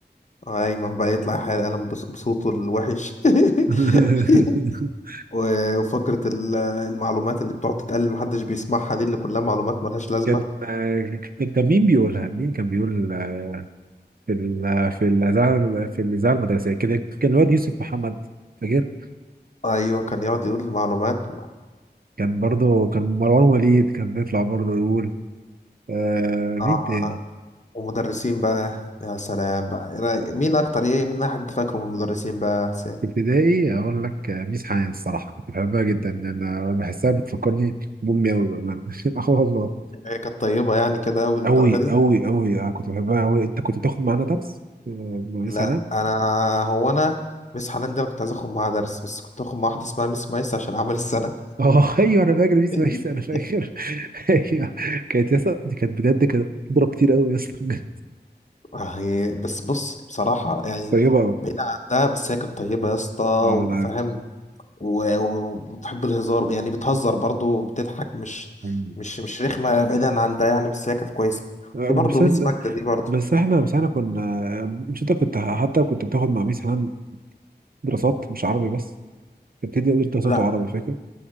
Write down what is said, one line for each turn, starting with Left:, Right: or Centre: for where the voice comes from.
Left: وأيمن بقى يطلع يحيي القلم بص- بصوته الوحش
Right: <laughs>
Left: <laughs> و- وفكرة ال- المعلومات اللي بتقعد تتقال محدش بيسمعها دي اللي كلها معلومات ملهاش لازمة
Right: كان آه، كان مين بيقولها مين كان بيقول آه، في ال- في الاذاعه في الاذاعه المدرسيه كده كان الواد يوسف محمد فاكر
Left: أيوة كان يقعد يقول المعلومات
Right: كان برضه كان مروان وليد كان بيطلع برضه يقول آه مين
Left: آه
Right: تاني
Left: ومدرسين بقى يا سلام بقى إيه رأيك- مين أكتر إيه مين أحد فاكره من المدرسين بقى يا حسين
Right: في ابتدائي اقول لك آه، ميس حنان الصراحه كنت بحبها جدا انا بحسها بتفكرني بامي قوي بامانه <laughs> اه والله
Left: هي كانت طيبة يعني كده أوي للدرجة
Right: قوي
Left: دي
Right: قوي قوي انا كنت بحبها قوي انت كنت بتاخد معانا درس آه، مع ميس
Left: لا انا هو انا مس حنان دي انا كنت عايز اخد معاها درس بس كنت اخد مع واحده اسمها ميس مايس عشان عمل السنه
Right: اه <laughs> ايوه انا فاكر بيس
Left: <laughs>
Right: ميس انا فاكر <laughs> ايوه كانت يا اسطى دي كانت بجد كانت بتضرب كتير قوي يا اسطى بجد
Left: آه، هي بس بص بصراحه يعني
Right: طيبه قوي
Left: بعيد عن ده بس هي كانت طيبه يا اسطى
Right: اه
Left: وفاهم
Right: انا عارف
Left: و- و- وبتحب الهزار يعني بتهزر برضو وبتضحك مش
Right: مم.
Left: مش مش رخمه بعيدا عن ده يعني بس هي كانت كويسه
Right: آه،
Left: في
Right: بس
Left: برضو ميس
Right: إن-
Left: ماجدة دي برضو
Right: بس احنا بس احنا كنا مش انت كنت حتى كنت بتاخد مع ميس حنان دراسات مش عربي بس كانت بتدي ميس دراسات
Left: لا
Right: وعربي فاكر